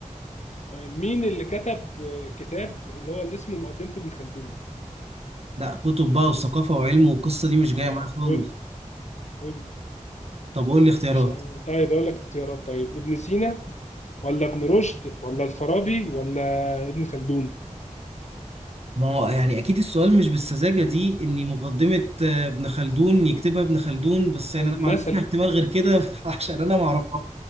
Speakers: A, on the left; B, on the right.
A: آه، مين اللي كتب آه، كتاب اللي هو اللي اسمه مقدمة ابن خلدون
B: لا كتب بقى وثقافة وعلم والقصة دي مش جاية
A: اه
B: معايا خالص
A: قول لي قول لي
B: طب قول لي اختيارات
A: مش عارف. طيب اقول لك اختيارات طيب ابن سينا ولا ابن رشد ولا الفارابي ولا ابن خلدون
B: ما هو يعني اكيد السؤال مش بالسذاجه دي ان مقدمه آه، ابن خلدون يكتبها ابن خلدون بس يعني
A: مثلا
B: انا ما عنديش احتمال غير كده <laughs> عشان انا ما اعرفهاش